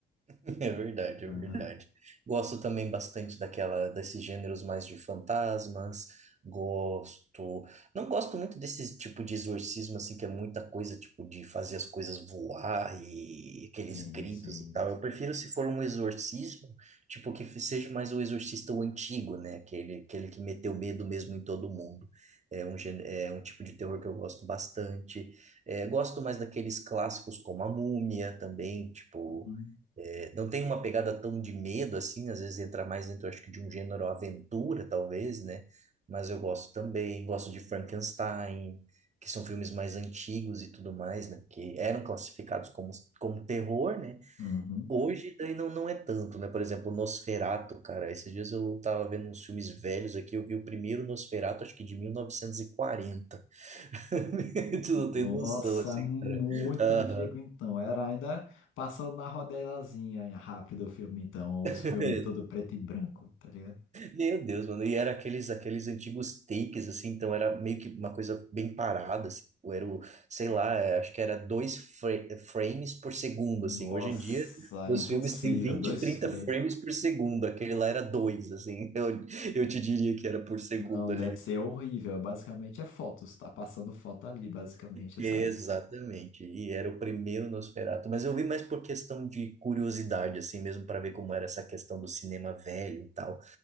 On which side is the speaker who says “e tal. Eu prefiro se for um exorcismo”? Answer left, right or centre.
Right